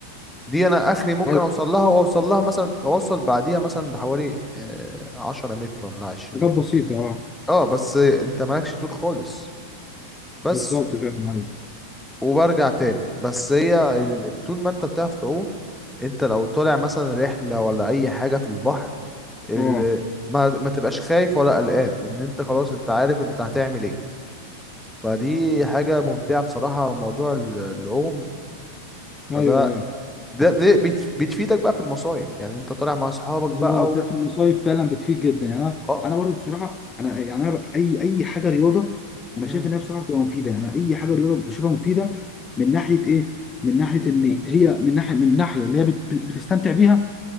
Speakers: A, in the centre; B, on the left.
A: دي انا اخري ممكن
B: ايوه
A: اوصل لها واوصل لها مثلا اوصل بعديها مثلا بحوالي آه، 10 متر ولا 20
B: حاجات
A: متر
B: بسيطه اه
A: اه بس انت مالكش طول خالص بس
B: بالظبط فعلا ايوه
A: وبرجع تاني بس هي ال- طول ما انت بتعرف تعوم انت لو طالع مثلا رحله ولا اي حاجه في البحر ال...
B: اه
A: ما ما تبقاش خايف ولا قلقان ان انت خلاص انت عارف انت هتعمل ايه فدي حاجة ممتعة بصراحة موضوع ال- العوم
B: ايوه
A: فده
B: ايوه
A: ده ده بت- بتفيدك بقى في المصايف يعني انت طالع مع اصحابك
B: بالظبط
A: بقى و...
B: لا، في المصايف فعلا بتفيد جدا يعني انا
A: اه
B: انا برضو بصراحه انا يعني انا ب- اي اي حاجه رياضه انا
A: مم.
B: شايف انها بصراحه بتبقى مفيده يعني اي حاجه رياضه بشوفها مفيده من ناحيه ايه؟ من ناحيه
A: مم.
B: ان هي من ناحيه من ناحيه اللي هي بت- بتستمتع بيها